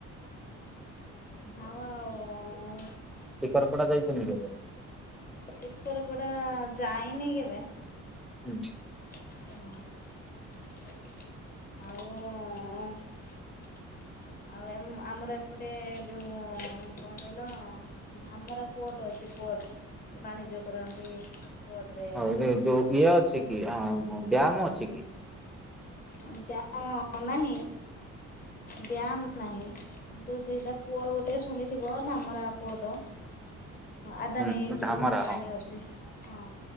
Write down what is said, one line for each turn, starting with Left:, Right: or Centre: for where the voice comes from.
Left: ହାଉ ଆଉ ଉଁ।
Centre: ଶିଖରପଡା ଯାଇଛନ୍ତି କେବେ
Left: ଏକଥର ପଡା ଯାଇନି କେବେ
Centre: ହୁଁ।
Left: ହଁ। <inaudible> ଆଉ ଆଉ ଏ ଆମର ଏପଟେ ଯୋଉ କଣ କହିଲ ଧାମରା କୁଅଟ ଅଛି ଗୋ ବ୍ ବାଣିଜ୍ୟ କରନ୍ତି। ପୋର୍ଟରେ
Centre: ହିଁ ଯୋଉ ଇଏ ଅଛି କି ବ୍ୟାୟାମ ଅଛି କି?
Left: ଆମ ଡ୍ୟାମ ନାହିଁ। ଡ୍ୟାୟାମ ନାହିଁ। କିନ୍ତୁ ସେଇଟା ପୁଅ ଗୋଟେ ଶୁଣିଥିବ ଧାମରା ପୁଅଟ ଆଦାନୀ
Centre: ହୁଁ
Left: ଯୋଉ
Centre: ଧାମରା
Left: କମ୍ପାନୀ
Centre: ହଁ
Left: ଅଛି ହଁ